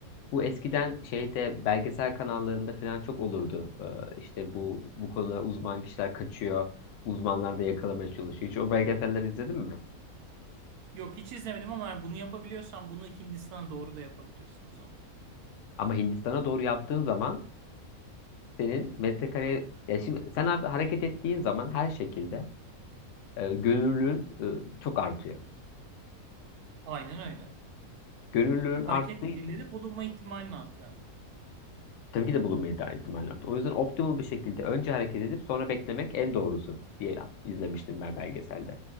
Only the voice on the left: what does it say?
Bu eskiden şeyde belgesel kanallarında falan çok olurdu. E, işte bu bu konuda uzman kişiler kaçıyor. Uzmanlar da yakalamaya çalışıyor. Hiç o belgeseller izledin mi?
Ama Hindistan'a doğru yaptığın zaman senin metrekare ya şimdi sen abi hareket ettiğin zaman her şekilde e, gönüllülüğün e, çok artıyor.
Gönüllülüğün
arttığı
için
tabii ki de bulunmayı da ihtimaller artıyor. O yüzden optimal bir şekilde önce hareket edip sonra beklemek en doğrusu diye izlemiştim ben belgeselde.